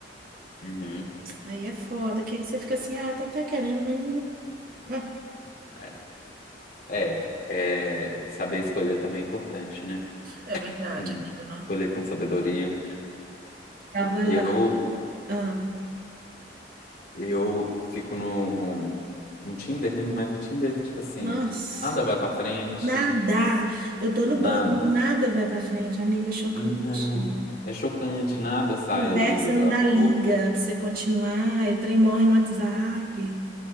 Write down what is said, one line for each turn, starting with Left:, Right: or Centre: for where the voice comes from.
Left: Uhum.
Right: Aí é foda, que aí você fica assim, ah, tô até querendo, mas. ah,
Left: É, É, é, saber escolher também é importante, né?
Right: é verdade,
Left: Hum,
Right: amigo, não.
Left: Escolher com sabedoria.
Right: Tava.
Left: Eu,
Right: ah,
Left: eu fico no, no Tinder, né? Mas no Tinder, tipo assim,
Right: nossa,
Left: nada vai pra frente,
Right: nada. Eu tô no
Left: nada,
Right: banco, nada vai pra frente, amiga, é chocante.
Left: nada. É chocante, nada sai
Right: Conversa
Left: ali daquela
Right: não dá
Left: porra.
Right: liga pra você continuar. Eu trem morre no WhatsApp.